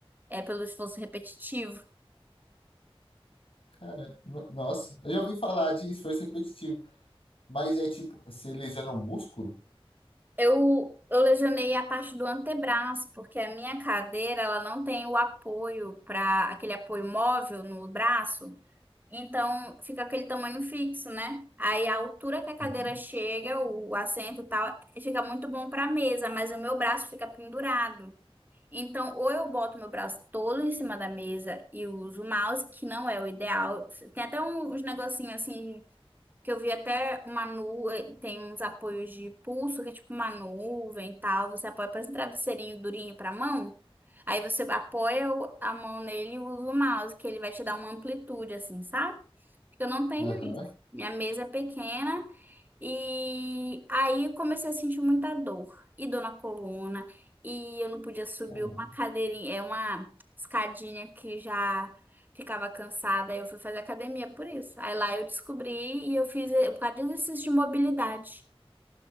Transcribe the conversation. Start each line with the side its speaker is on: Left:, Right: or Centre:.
Right: é pelo esforço repetitivo.
Left: Cara, no- nossa, eu já ouvi falar de esforço repetitivo, mas é tipo, você lesiona o músculo?
Right: Eu, eu lesionei a parte do antebraço, porque a minha cadeira, ela não tem o apoio para aquele apoio móvel no braço, então fica aquele tamanho fixo, né? Aí a altura que a cadeira
Left: Uhum.
Right: chega, o assento e tal, fica muito bom para mesa, mas o meu braço fica pendurado. Então, ou eu boto meu braço todo em cima da mesa e uso o mouse, que não é o ideal. Tem até um- uns negocinhos assim que eu vi até uma nuvem, tem uns apoios de pulso, que é tipo uma nuvem e tal. Você apoia, parece um travesseirinho durinho pra mão. Aí você apoia o- a mão nele e usa o mouse, que ele vai te dar uma amplitude, assim, sabe? Eu não tenho
Left: Aham,
Right: isso. Minha mesa é pequena e aí eu comecei a sentir muita dor e dor na coluna e eu não podia subir
Left: caramba.
Right: uma cadeirinha, é uma escadinha que já ficava cansada. aí Eu fui fazer academia por isso. Aí lá eu descobri e eu fiz eh, por causa de exercício de mobilidade.